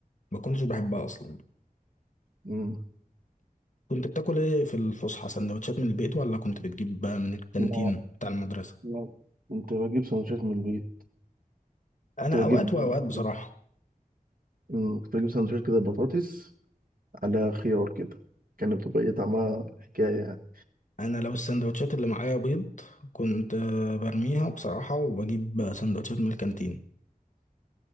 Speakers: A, on the left; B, on the right.
A: ما كنتش بحبها اصلا
B: مم.
A: كنت بتاكل ايه في الفسحه سندوتشات من البيت ولا كنت بتجيب بقى من الكانتين
B: لا
A: بتاع المدرسه
B: لا كنت بجيب سندوتشات من البيت
A: انا
B: كنت بجيب
A: اوقات واوقات بصراحه
B: مم. كنت بجيب سندوتشات كده بطاطس على خيار كده كانت بتبقى إيه طعمها حكاية يعني
A: انا لو السندوتشات اللي معايا بيض كنت آه، برميها بصراحه وبجيب سندوتشات من الكانتين